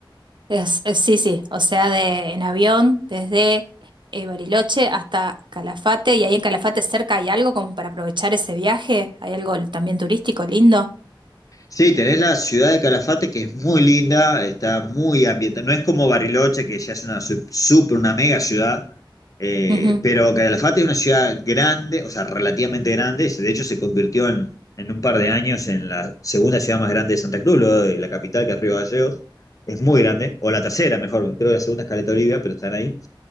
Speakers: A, on the right; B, on the left.
A: Es- es- sí, sí, o sea, de, en avión desde eh, Bariloche hasta Calafate y ahí en Calafate cerca hay algo como para aprovechar ese viaje, hay algo también turístico lindo.
B: Sí, tenés la ciudad de Calafate que es muy linda, está muy ambientada. No es como Bariloche, que ya es una su- super, una mega ciudad, eh,
A: Ujú.
B: pero Calafate es una ciudad grande, o sea, relativamente grande. De hecho, se convirtió en, en un par de años en la segunda ciudad más grande de Santa Cruz, luego de la capital, que es Río Gallegos. Es muy grande, o la tercera, mejor, creo que la segunda es Caleta Olivia, pero están ahí.